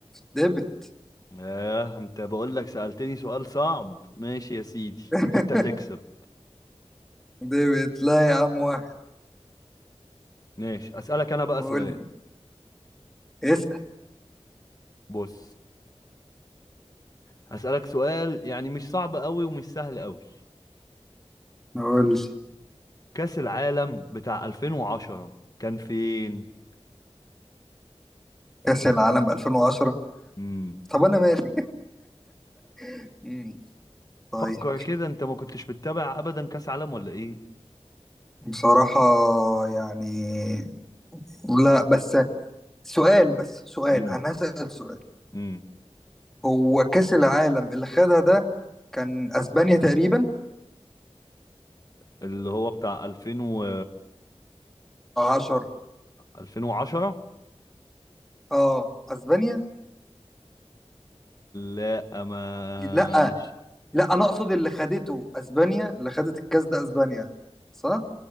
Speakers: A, in the centre; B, on the left (about 35°).
A: ديبت
B: ياه انت بقول لك سألتني سؤال صعب ماشي يا سيدي
A: <laughs>
B: انت تكسب
A: ديفيد لا يا عم واحد
B: ماشي اسألك انا بقى
A: قول
B: سؤال
A: لي اسأل
B: بص هسألك سؤال يعني مش صعب قوي ومش سهل قوي
A: اقول
B: كأس العالم بتاع 2010 كان فين
A: كأس العالم 2010
B: امم
A: طب أنا مالي <laughs> مم. طيب
B: فكر كده انت ما كنتش بتتابع ابدا كأس عالم ولا ايه
A: بصراحة يعني لا بس سؤال بس سؤال
B: امم
A: أنا هسأل سؤال
B: امم
A: هو كأس العالم اللي خدها ده كان أسبانيا تقريبا
B: اللي هو بتاع 2000 و
A: 2010
B: 2010
A: اه أسبانيا
B: لا ما
A: لا
B: مش
A: لا أنا أقصد اللي خدته أسبانيا اللي خدت الكأس ده أسبانيا صح؟